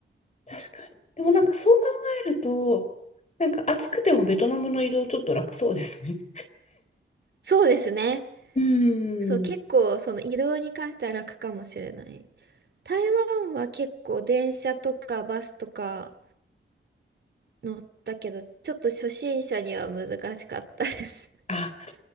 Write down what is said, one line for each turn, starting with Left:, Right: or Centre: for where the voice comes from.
Left: 確かに。でもなんかそう考えると、なんか暑くてもベトナムの移動ちょっと楽そうですね。
Right: そうですね。
Left: うん。
Right: そう、結構その移動に関しては楽かもしれない。台湾は結構電車とかバスとか乗ったけど、ちょっと初心者には難しかったです。
Left: あ、